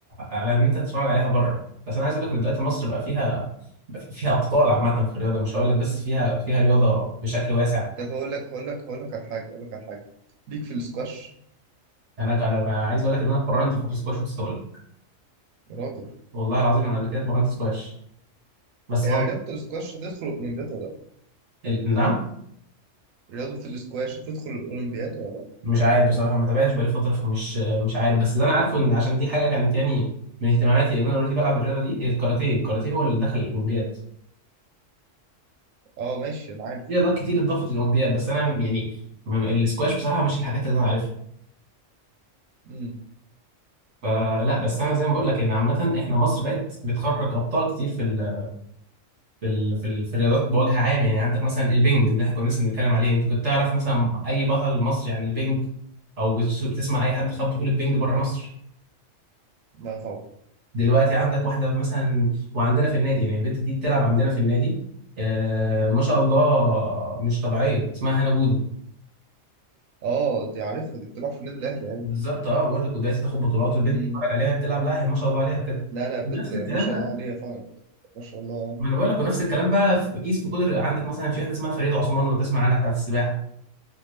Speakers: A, on the right; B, on the right.
A: على ان انت تتفرج عليها بره بس انا عايز اقول لك ان دلوقتي مصر بقى فيها بقى فيها ابطال عامه في الرياضه مش هقول لك بس فيها فيها رياضه بشكل واسع
B: طب هقول لك هقول لك هقول لك على حاجه هقول لك على حاجه ليك في السكواش
A: انا انا بقى عايز اقول لك ان انا اتمرنت فتره سكواش نسيت اقول لك
B: يا راجل
A: والله العظيم انا قبل كده اتمرنت سكواش بس
B: هي
A: برضه
B: رياضه السكواش هتدخل الاولمبياد ولا لأ؟
A: ال- نعم
B: رياضة الاسكواش هتدخل الأولمبياد ولا لأ؟
A: مش عارف بصراحه ما تابعتش بقالي فتره فمش مش عارف بس اللي انا عارفه ان عشان دي حاجه كانت يعني من اهتماماتي ان انا اوريدي بلعب الرياضه دي هي الكاراتيه الكاراتيه هو اللي دخل الاولمبياد
B: اه ماشي أنا عارف
A: في رياضات كتير اتضافت
B: ال-
A: للاولمبياد بس انا يعني م- السكواش بصراحه مش الحاجات اللي انا عارفها
B: مم.
A: فلا بس انا زي ما بقول لك يعني عامه احنا مصر بقت بتخرج ابطال كتير في ال في ال في, ال في الرياضات بوجه عام يعني عندك مثلا البنج ده احنا كنا لسه بنتكلم عليه انت كنت تعرف مثلا اي بطل مصري عن البنج او بتس- بتسمع اي حد خد بطوله بنج بره مصر
B: لا طبعا
A: دلوقتي عندك واحده مثلا وعندنا في النادي يعني البنت دي بتلعب عندنا في النادي آه ما شاء الله مش طبيعيه اسمها هنا جوده
B: اه دي عارفها دي بتلعب في النادي الأهلي أوي
A: بالظبط اه بقول لك ودلوقتي تاخد بطولات والبنت
B: مم.
A: تتفرج عليها بتلعب لا هي ما شاء الله عليها بجد
B: لا لا بت
A: نفس
B: ما
A: الكلام
B: شاء
A: بقى
B: الله عليها فعلا ما شاء الله
A: ما انا بقول لك ونفس الكلام بقى في قيس في كل الرياضة. عندك مثلا في واحده اسمها فريده عثمان لو تسمع عنها بتاعت السباحه